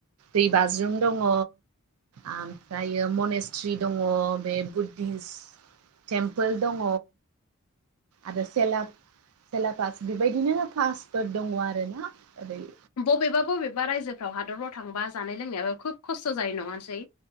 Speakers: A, on the right (about 70°); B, on the left (about 80°).
A: दै बाज्रुम दङ, ओमफ्रायो मनेस्ट्रि दङ, बे बुद्धिस टेम्पोल दङ। आरो सेला-सेलापास बेबायदिनो पासफोर दङ आरोना ओरै
B: बबेबा बबेबा रायजोफ्राव हादरफ्राव थांबा जानाय लोंनायाबो खोब खस्थ' जायो नङासै?